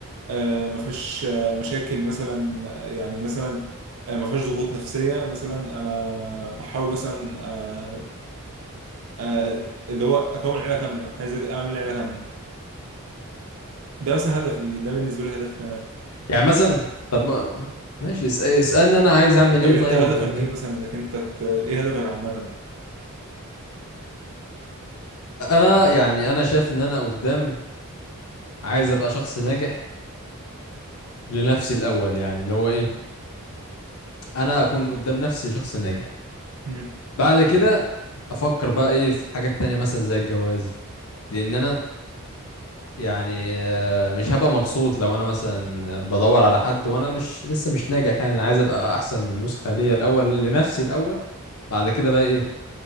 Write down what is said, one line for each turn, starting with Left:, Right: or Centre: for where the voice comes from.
Right: آه، ما فيهاش آه، مشاكل مثلا يعني مثلا آه، ما فيهاش ضغوط نفسيه مثلا انا بحاول مثلا آه، آه، اللي هو اكون عيله كامله عايز أج- اعمل عيله كامله ده مثلا هدفي ده بالنسبه لي هدفي انا
Left: يعني مثلا طب ما... ماشي اس... اسألني انا عايز اعمل
Right: طب
Left: ايه
Right: انت
Left: طيب
Right: هدفك
Left: قدام
Right: ايه مثلا انك انت ت... ايه هدفك عامه
Left: انا يعني انا شايف ان انا قدام عايز ابقى شخص ناجح لنفسي الاول يعني اللي هو ايه انا اكون قدام نفسي شخص ناجح
Right: مم.
Left: بعد كده افكر بقى ايه في حاجات تانية مثلا زي الجواز لان انا يعني آه، مش هبقى مبسوط لو انا مثلا بدور على حد وانا مش لسه مش ناجح يعني انا عايز ابقى احسن نسخة ليا الاول لنفسي الاول بعد كده بقى ايه